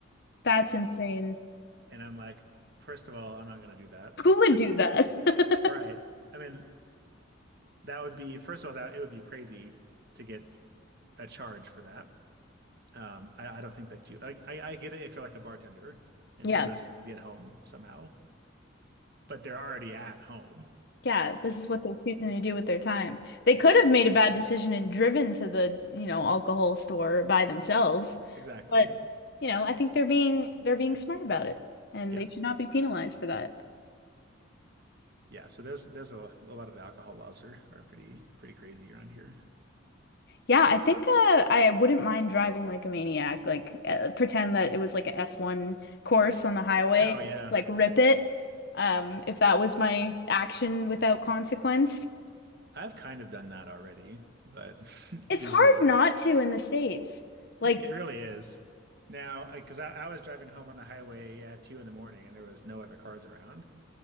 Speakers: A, on the left (about 55°); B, on the right (about 50°).
A: that's
B: Yes.
A: insane.
B: And I'm like, first of all, I'm not going to do that.
A: Who would
B: <laughs> All
A: do that? <laughs>
B: right, I mean, that would be, first of all, that it would be crazy to get a charge for that. Um, I, I don't think that you, like, I, I get it if you're like a bartender and
A: Yeah.
B: someone has to get home somehow, but they're already at home.
A: Yeah, this is what they're choosing to do with their time. They could have made a bad decision and driven to the, you know, alcohol store by themselves,
B: Exactly.
A: but you know, I think they're being they're being smart about it and
B: Yeah.
A: they should not be penalized for that.
B: Yeah. So there's, there's a, a lot of the alcohol laws are, are pretty, pretty crazy around here.
A: Yeah, I think uh, I wouldn't mind driving like a maniac, like uh, pretend that it was like a F1 course on the highway,
B: Oh, yeah.
A: like rip it, um, if that was my action without consequence.
B: I've kind of done that already, but <laughs>
A: It's
B: usually
A: hard
B: it,
A: not to in the States. Like
B: it really is. Now, because I, I was driving home on the highway at two in the morning and there was no other cars around.